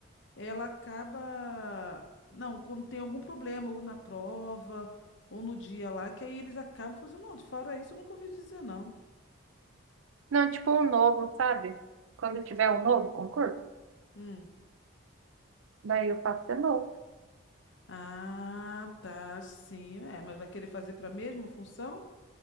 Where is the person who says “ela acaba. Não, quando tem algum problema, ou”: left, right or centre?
Left